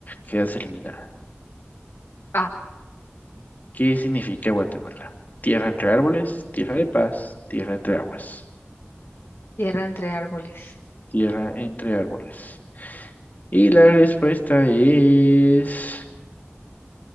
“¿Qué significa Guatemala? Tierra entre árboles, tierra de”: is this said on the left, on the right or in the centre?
Left